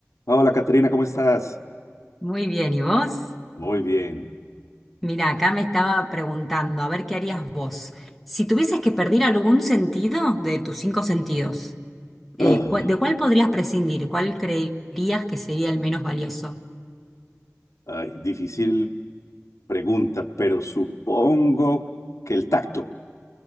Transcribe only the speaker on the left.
Hola, Caterina, ¿cómo estás?
Muy bien.
Ah,
ay, difícil pregunta, pero supongo que el tacto.